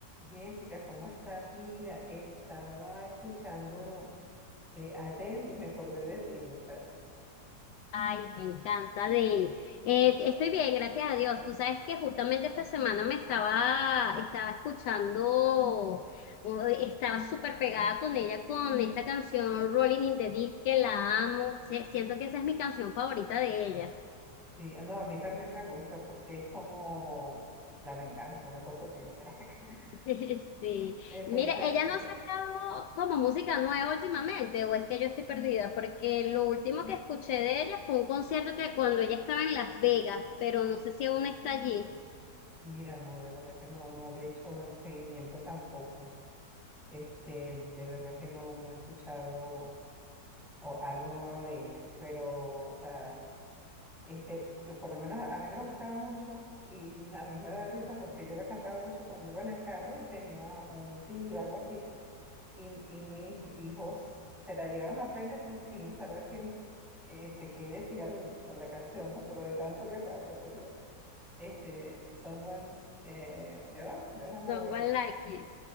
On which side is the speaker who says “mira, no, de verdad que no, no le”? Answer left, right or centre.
Centre